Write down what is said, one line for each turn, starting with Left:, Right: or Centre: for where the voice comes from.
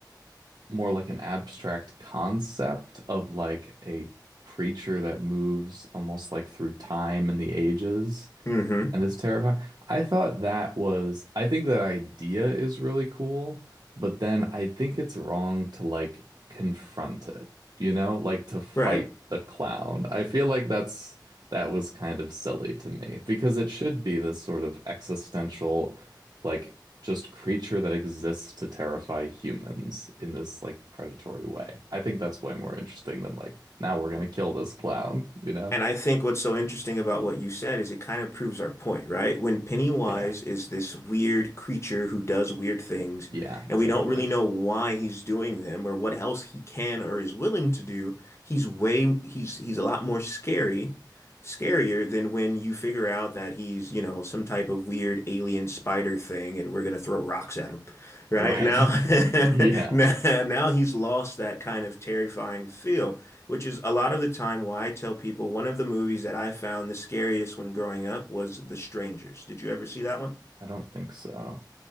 Right: more like an abstract concept of like a creature that moves almost like through time and the ages.
Left: mm-hmm
Right: And it's terrifying. I thought that was, I think that idea is really cool, but then I think it's wrong to like confront it, you know, like to fight
Left: right
Right: the clown. I feel like that's, that was kind of silly to me because it should be this sort of existential, like just creature that exists to terrify humans in this like predatory way. I think that's way more interesting than like, now we're gonna kill this clown, you know?
Left: And I think what's so interesting about what you said is it kind of proves our point, right? When Pennywise
Right: Yeah.
Left: is this weird creature who does weird things,
Right: Yeah, exactly.
Left: and we don't really know why he's doing them or what else he can or is willing to do, he's way he's he's a lot more scary, scarier than when you figure out that he's, you know, some type of weird alien spider thing and we're gonna throw rocks at him, right?
Right: Right.
Left: Now, <laughs>
Right: <laughs> Yeah.
Left: now, now he's lost that kind of terrifying feel. Which is a lot of the time why I tell people one of the movies that I found the scariest when growing up was The Strangers. Did you ever see that one?
Right: I don't think so.